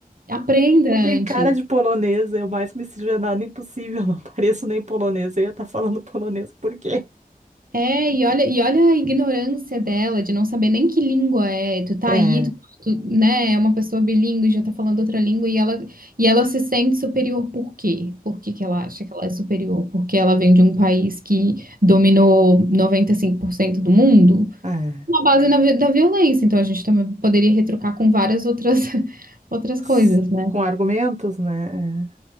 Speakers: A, on the right; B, on the right.
A: Aprenda
B: Eu tenho
A: antes.
B: cara de polonesa, eu mais miscigenada impossível, não pareço nem polonesa, eu ia estar falando polonês, por quê?
A: É, e olha, e olha a ignorância dela de não saber nem que língua é. Tu tá
B: É,
A: aí, tu, tu, né? É uma pessoa bilíngue, já tá falando outra língua e ela, e ela se sente superior por quê? Por que que ela acha que ela é superior? Porque ela vem de um país que dominou 95% do mundo?
B: é.
A: Na base na vi- da violência. Então a gente também poderia retrucar com várias outras, <laughs> outras
B: S-
A: coisas, né?
B: Com argumentos, né? é.